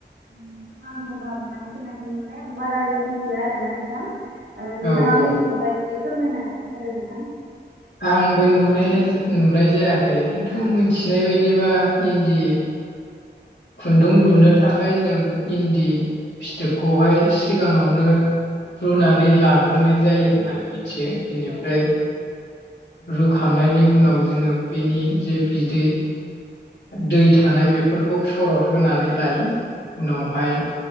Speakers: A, on the right; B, on the left.
A: नोंथां आंथ' दा बानायफायाखै नालाय आं बारा रै मिथिया आरोना नोंथां ओ नोंथाङा
B: औ औ
A: मिथिगौबा एसे फोरमायना होदो नोंथां
B: आंबो नुनाया नुनाय जायाखै खिन्थु मोनथिनाय बायदिबा इन्दि खुन्दुं लुनो थाखाय जों इन्दि फिथोबखौहाय सिगाङावनो रुनानै लाग्रोनाय जायो होननानै मिथियो बेनिफ्राय
A: औ
B: रुखांनायनि उनाव जोङो बेनि जे बिदै दै थानाय बेफोरखौ सरद होनानै लायो उनावहाय